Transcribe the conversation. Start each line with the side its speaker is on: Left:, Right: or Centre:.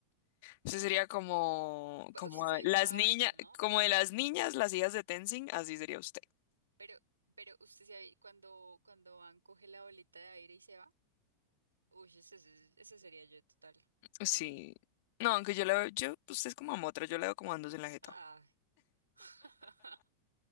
Left: Usted sería como,
Right: Pues,
Left: como
Right: usted se ha visto
Left: las
Right: Avatar,
Left: niñas,
Right: ¿no?
Left: como
Right: Obvio.
Left: de las niñas, las hijas de Tenzin, así sería usted.
Right: Pero, pero usted se ha vi- cuando, cuando van, coge la bolita de aire y se va. Uy, ese, ese ese sería yo total. Con.
Left: Sí. No, aunque yo la veo, yo, usted es como otra, yo la veo como andos en la jeta.
Right: Ah, <laughs>